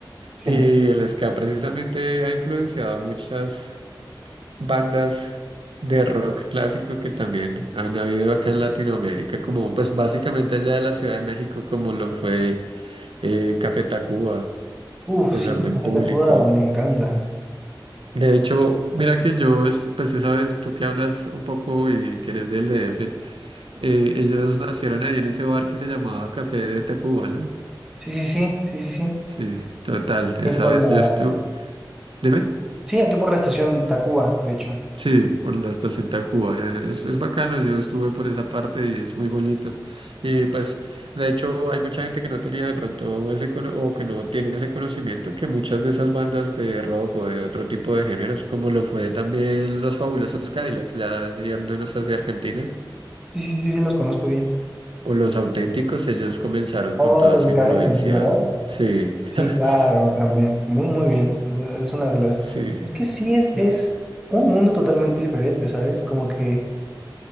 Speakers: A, in the centre; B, on the right (about 85°).
A: Sí.
B: Y el ska precisamente ha influenciado muchas bandas de rock clásico que también han habido acá en Latinoamérica, como pues básicamente allá de la Ciudad de México, como lo fue eh, Café Tacuba,
A: Uf,
B: Desorden
A: sí, Café
B: Público.
A: Tacuba me encanta.
B: De hecho, mira que yo, es- pues sí sabes, tú que hablas un poco y que eres del DF, eh, ellos nacieron ahí en ese bar que se llamaba Café de Tacuba, ¿no?
A: Sí, sí, sí, sí, sí, sí.
B: Sí, total,
A: Y
B: esa
A: por
B: vez
A: la...
B: yo estuve... Dime.
A: Sí, aquí por la estación Tacuba, de hecho.
B: Sí, por la estación Tacuba. Es, es bacano, yo estuve por esa parte y es muy bonito. Y pues, de hecho, hay mucha gente que no tenía de pronto ese cono- o que no tiene ese conocimiento que muchas de esas bandas de rock o de otro tipo de géneros, como lo fue también los fabulosos Cadillacs, ya yéndonos hacia Argentina,
A: Sí, sí, sí, sí, los conozco bien.
B: o los auténticos, ellos comenzaron
A: Todos
B: con toda
A: los
B: esa
A: decadentes,
B: influencia.
A: ¿verdad?
B: Sí,
A: Sí,
B: <laughs>
A: claro, también. Muy, muy bien. Es una de las...
B: sí.
A: Es que sí es, es un mundo totalmente diferente, ¿sabes? Como que